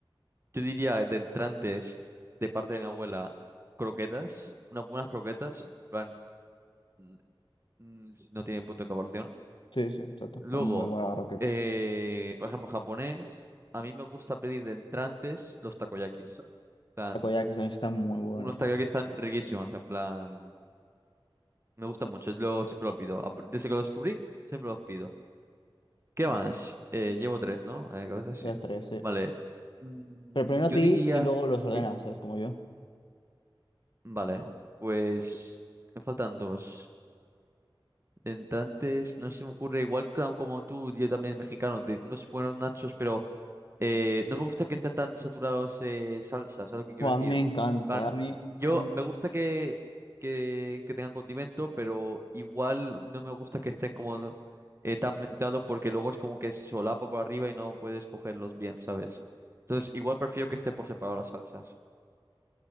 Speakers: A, on the right; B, on the left.
A: yo diría de entrantes de parte de mi abuela, croquetas, unas buenas croquetas, en plan, mm, mm, no tiene punto de comparación.
B: Sí, sí, exacto.
A: Luego,
B: Están muy buenas las roquetas.
A: eh, por ejemplo, japonés, a mí me gusta pedir de entrantes los takoyakis. En plan,
B: Takoyakis también están muy buenos.
A: unos takoyakis están riquísimos, en plan, me gusta mucho, es lo, siempre lo pido. Ap- Desde que lo descubrí, siempre los pido. ¿Qué más? Eh, llevo tres, ¿no? Eh, correcto, sí,
B: Las
A: sí.
B: tres, sí.
A: Vale. Mm,
B: Pero primero a
A: yo
B: ti
A: diría...
B: y luego los ordenas,
A: ¿Qué?
B: ¿sabes? Como yo.
A: Vale. Pues... Me faltan dos. de entrantes, no se me ocurre, igual ca- como tú, yo también mexicano, de unos buenos nachos, pero eh, no me gusta que estén tan saturados eh, salsas, ¿sabes lo que quiero
B: Bueno,
A: decir?
B: a mí me encanta,
A: Plan,
B: a mí,
A: yo
B: a mí-
A: me gusta que, que, que tengan condimento, pero igual no me gusta que estén como eh, tan mezclados porque luego es como que se solapa por arriba y no puedes cogerlos bien, ¿sabes? Entonces, igual prefiero que esté por separado las salsas.